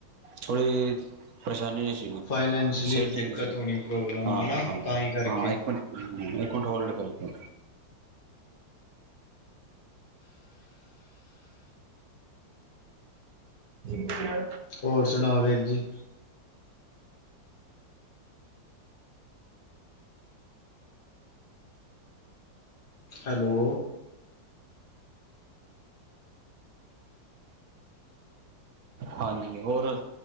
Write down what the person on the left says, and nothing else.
ਫਾਈਨੈਂਸ਼ਲੀ
ਦਿੱਕਤ
ਹੋਣੀ ਪ੍ਰੋਬਲਮ
ਹੈ ਨਾ
ਤਾਂ ਹੀ ਕਰਕੇ
ਔਰ ਸੁਨਾਓ ਵੀਰ ਜੀ? ਹੈਲੋ।